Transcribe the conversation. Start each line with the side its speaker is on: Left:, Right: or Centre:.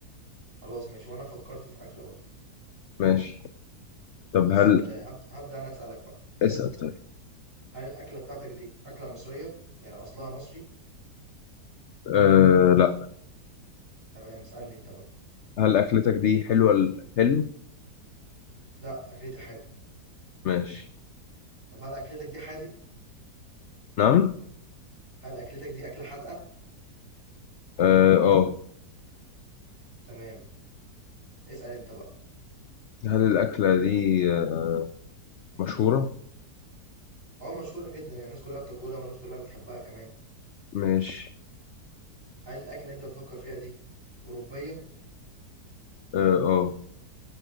Right: خلاص ماشي وانا فكرت في اكله برضه
Left: ماشي طب
Right: بص
Left: هل
Right: آه هب- هبدا انا اسالك بقى
Left: اسأل طيب
Right: هل الاكله بتاعتك دي اكله مصريه يعني اصلها مصري
Left: أه لا
Right: تمام اسالني انت بقى
Left: هل أكلتك دي حلوة الحلم
Right: لا اكلتي حادق
Left: ماشي
Right: طب هل اكلتك دي حادق
Left: نعم
Right: هل اكلتك دي اكله حادقه
Left: اه آه.
Right: تمام اسال انت بقى
Left: هل الأكلة دي آه، مشهورة
Right: اه مشهوره جدا يعني الناس كلها بتاكلها والناس كلها بتحبها كمان
Left: ماشي
Right: هل الاكله اللي انت بتفكر فيها دي اوروبيه
Left: اه اه